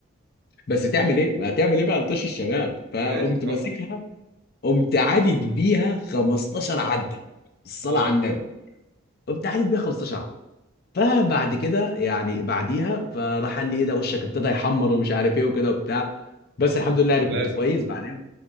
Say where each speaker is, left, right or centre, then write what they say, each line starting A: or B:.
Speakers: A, on the left; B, on the right.
A: بس تعمل ايه ما تعمل ايه بقى لطش الشباب فقمت
B: ماشي اه
A: ماسكها قمت عادد بيها 15 عده الصلاه
B: اه
A: على النبي قمت عادد بيها 15 عده فبعد كده يعني بعديها فراح قال لي ايه ده وشك ابتدى يحمر ومش عارف ايه وكده وبتاع بس
B: <laughs>
A: الحمد لله يعني
B: ما لازم
A: كنت كويس
B: طبعا
A: بعدين